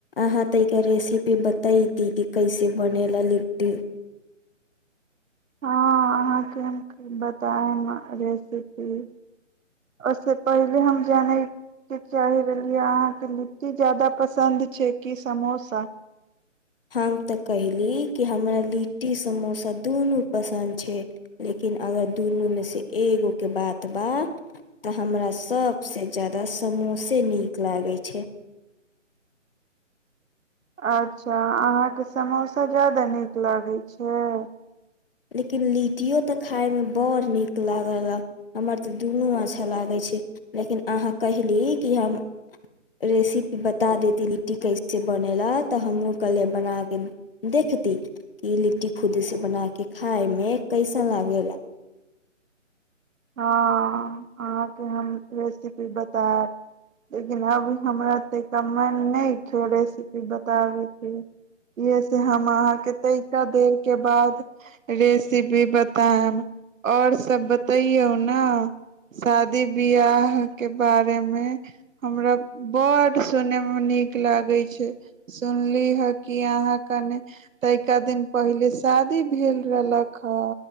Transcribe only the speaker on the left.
अहा तऽ एके रेसिपी बतैती कि कैसे बनेला लिट्टी
हम तऽ कहली कि हमरा लिट्टी समोसा तऽ दुनू पसन्द छै लेकिन अगर दुनू मे से एगो के बात बा तऽ हमरा सभसँ ज्यादा समोसे नीक लागै छै
लेकिन लिट्टियो तऽ खाय मे बड़ नीक लाग गेला हमर तऽ दुनू अच्छा लागै छै लेकिन अहाँ कहली कि हम रेसिपी बता देती लिट्टी कैसे बनेला तऽ हमहूँ कहलियै
बना कऽ देखती कि लिट्टी खुदसँ बना कऽ खाय मे कैसन लागेला